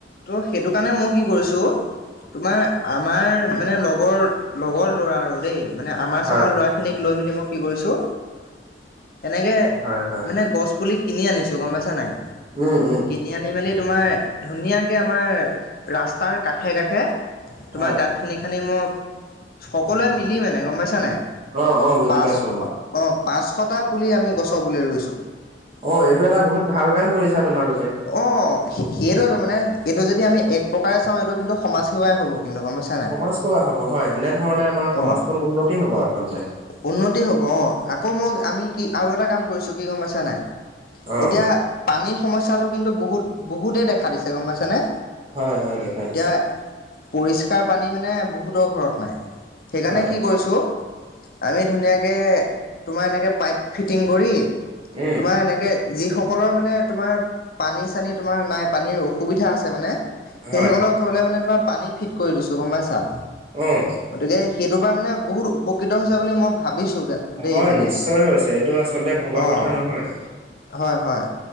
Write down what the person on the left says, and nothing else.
ত সেইটো কাৰণে মই কি কৰিছোঁ- তোমাৰ আমাৰ মানে লগৰ লগৰ ল'ৰা আৰু দেই- মানে আমাৰ
চামৰ ল'ৰা খিনিক লৈ মেলি মই কি কৰিছোঁ এনেকে
মানে গছ পুলি কিনি আনিছো গম পাইছা নাই।
কিনি আনি মেলি তোমাৰ ধুনীয়াকৈ আমাৰ ৰাস্তাৰ কাষে কাষে, তোমাৰ
গাত। খানি খানি মই সকলোৱে মিলি মানে গম পাইছা নাই।
পাঁচ।
পা অ পাঁচশটা পুলি আমি গছৰ পুলি ৰুইছো।
অহ সেইৱেটো মানে এইটো যদি আমি এক প্ৰকাৰে চাওঁ এইটো কিন্তু সমাজ সেৱাই হ'ব কিন্তু গম পাইছা। নাই
অঁ
উন্নতি হ'ব অহ আকৌ মই আমি কি আৰু এটা কাম কৰিছো কি গম পাইছা নাই।
এতিয়া পানীৰ সমস্যাটো কিন্তু বহুত বহুতেই দেখা দিছে গম পাইছানে।
এতিয়া
পৰিষ্কাৰ পানী মানে বহুতৰ ঘৰত নাই সেইকাৰণে
কি কৰিছো। আমি ধুনীয়াকে তোমাৰ এনেকে পাইপ ফিটিং কৰি।
তোমাৰ এনেকে যিসকলৰ মানে তোমাৰ। পানী -চানী তোমাৰ নাই পানীৰ অসুবিধা আছে মানে
সেইসকলক। ঘৰলে মানে তোমাৰ পানী ফিট কৰি দিছো গম পাইছা।
গতিকে সেইটো পৰা মানে বহুত উপকৃত হৈছে বুলি মই ভাবিছোঁ। দেই
মানে
অঁ
হয় হয়।